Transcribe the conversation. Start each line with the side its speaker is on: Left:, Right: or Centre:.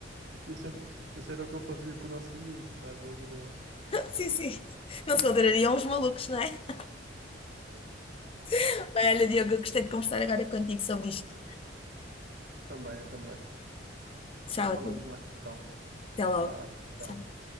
Right: Isso, é, isso era o que eu fazia com o nosso amigo, quase ali na.
Left: Sim, sim. Não se contrariam os malucos, não é? <laughs> Bem, olha, Diogo, eu gostei de conversar agora contigo sobre isto.
Right: Também, eu também.
Left: Tchau,
Right: Depois falamos
Left: até
Right: mais então.
Left: até
Right: Vá,
Left: logo.
Right: tchau.
Left: Tchau.